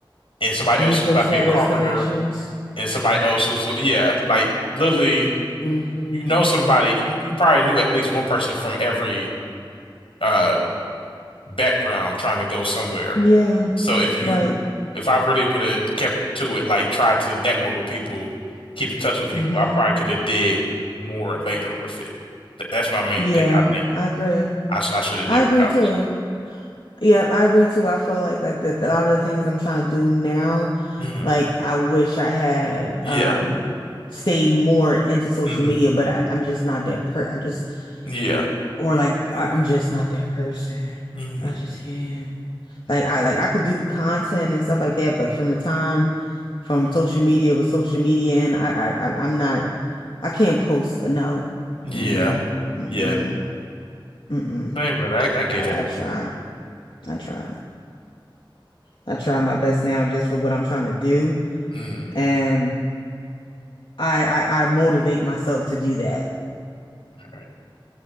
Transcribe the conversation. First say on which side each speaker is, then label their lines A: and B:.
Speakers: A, on the left; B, on the left.
A: and somebody
B: meet
A: else who's
B: those
A: about to
B: had
A: be a carpenter
B: those connections.
A: and somebody else who's yeah, like literally
B: hmm
A: you know somebody you you probably knew at least one person from every uh background trying to go somewhere.
B: Yeah.
A: So if you
B: Right.
A: if I really would have kept to it, like tried to network with people, keep in touch with people,
B: hmm
A: I probably could have did more later with it. Th- That's my main
B: Yeah,
A: thing, I think.
B: I agree.
A: I, sh- I should have
B: I
A: did with
B: agree
A: college.
B: too. Yeah, I agree too. I feel like like that a lot of the things I'm trying to do now,
A: hmm
B: like I wish I had
A: Yeah.
B: um stayed more into social
A: hmm
B: media, but I, I'm just not that per I just
A: Yeah.
B: or like I, I'm just not that person.
A: hmm
B: I just can't. Like I like I could do content and stuff like that, but from the time from social media with social media and I, I I- I'm not I can't post a no.
A: Yeah.
B: Mm-mm. Mm-mm.
A: Yeah.
B: Mm-mm.
A: Thank brother. I, I get
B: I,
A: it.
B: I try. I try. I try my best now just for what I'm trying to do.
A: Mm.
B: And I I, I motivate myself to do that
A: All right.